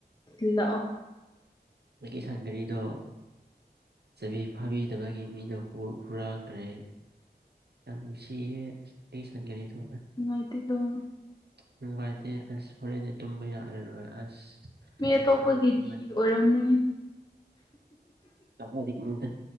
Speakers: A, on the left (about 25°); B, on the right (about 70°).
A: ꯊꯤꯜꯂꯛꯑꯣ
B: ꯑ ꯒꯤ ꯁꯥꯟ ꯒꯔꯤꯗꯣ ꯆꯕꯤ ꯐꯥꯕꯤꯗꯕꯒꯤ ꯃꯤꯅ ꯍꯨꯔꯥꯟꯈ꯭ꯔꯦ ꯌꯥꯝ ꯅꯨꯡꯁꯤꯌꯦ ꯑꯩ ꯁꯥꯟꯒꯔꯤꯗꯣ
A: ꯅꯨꯡꯉꯥꯢꯇꯦꯌꯦ
B: ꯅꯨꯡꯉꯥꯏꯇꯦ ꯑꯁ ꯍꯣꯔꯦꯟꯗꯤ ꯇꯨꯝꯕ ꯌꯥꯔꯔꯣꯏ ꯑꯁ
A: ꯃꯤ ꯑꯇꯣꯞꯄꯒꯤ
B: ꯌꯥꯝ ꯅꯨꯡꯁꯤꯕꯅꯤ
A: ꯊꯤ ꯑꯣꯏꯔꯝꯅꯤ
B: ꯀꯗꯥꯢꯖꯒꯤꯅꯣꯗ